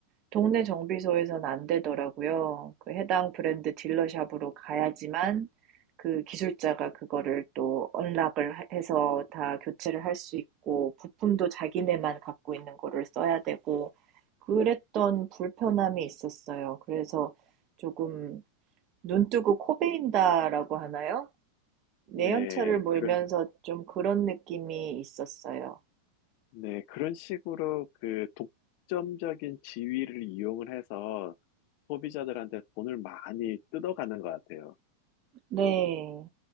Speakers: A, on the right; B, on the left.
A: 동네 정비소에선 안 되더라고요. 그 해당 브랜드 딜러샵으로 가야지만 그 기술자가 그거를 또 언락을 하- 해서 다 교체를 할 수 있고 부품도 자기네만 갖고 있는 거를 써야 되고 그랬던 불편함이 있었어요. 그래서 조금 눈 뜨고 코 베인다라고 하나요? 내연차를
B: 네,
A: 몰면서
B: 그런,
A: 좀 그런 느낌이 있었어요.
B: 네, 그런 식으로 그 독점적인 지위를 이용을 해서 소비자들한테 돈을 많이 뜯어가는 것 같아요.
A: 네.